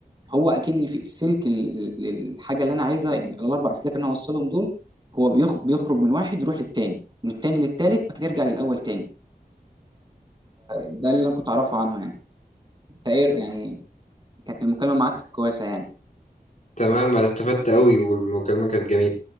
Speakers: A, on the right (about 25°); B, on the left (about 50°).
A: هو اكني في السلك ال- ال- الحاجه اللي انا عايزها يعني الاربع اسلاك اللي انا هوصلهم دول هو بيخ- بيخرج من واحد يروح للتاني من التاني للتالت بعد كده يرجع للاول تاني ده اللي انا كنت اعرفه عنها يعني انت ايه يعني كانت المكالمة معاك كويسة يعني
B: تمام انا استفدت قوي والمكالمة كانت جميلة